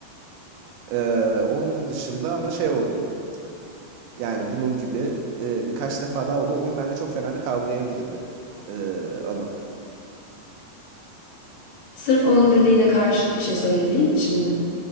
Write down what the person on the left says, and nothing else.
sırf onun dediğine karşıt bir şey söylediğin için mi?